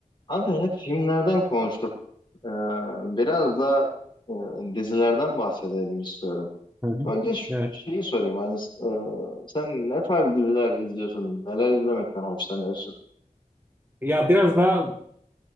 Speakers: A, on the left; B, on the right.
A: Abi hep filmlerden konuştuk. Ee, biraz da e, dizilerden bahsedelim istiyorum.
B: Hı hı.
A: Önce şu-
B: Evet.
A: şeyi sorayım. Hani, e, sen ne tarz diziler izliyorsun? Neler izlemekten hoşlanıyorsun?
B: Ya biraz daha